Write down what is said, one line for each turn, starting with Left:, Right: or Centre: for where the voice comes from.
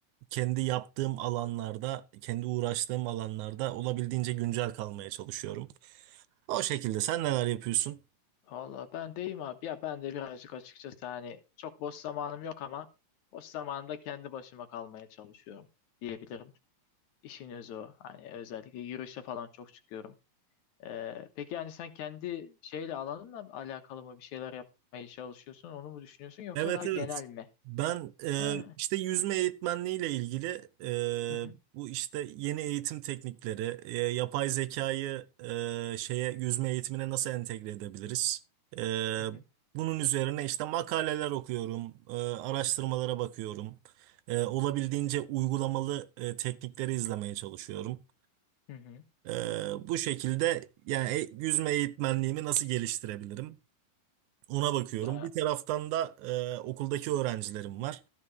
Right: kendi yaptığım alanlarda, kendi uğraştığım alanlarda olabildiğince güncel kalmaya çalışıyorum. O şekilde sen neler yapıyorsun?
Left: Vallahi ben deyim abi ya ben de birazcık açıkçası hani çok boş zamanım yok ama boş zamanımda kendi başıma kalmaya çalışıyorum diyebilirim. İşin özü o. Hani özellikle yürüyüşe falan çok çıkıyorum. Ee, peki yani sen kendi şeyle alanınla mı alakalı mı bir şeyler yapmaya çalışıyorsun onu mu düşünüyorsun yoksa
Right: Evet
Left: daha
Right: evet.
Left: genel mi?
Right: Ben e,
Left: Ha.
Right: işte yüzme eğitmenliğiyle ilgili
Left: Hı
Right: e,
Left: hı
Right: bu işte yeni eğitim teknikleri, e, yapay zekayı e, şeye yüzme eğitimine nasıl entegre edebiliriz? E,
Left: hı hı
Right: bunun üzerine işte makaleler okuyorum, e, araştırmalara bakıyorum. E, olabildiğince uygulamalı e, teknikleri izlemeye çalışıyorum.
Left: hı hı.
Right: E, bu şekilde yani e- yüzme eğitmenliğimi nasıl geliştirebilirim? Ona bakıyorum.
Left: Ya
Right: Bir taraftan da e, okuldaki öğrencilerim var.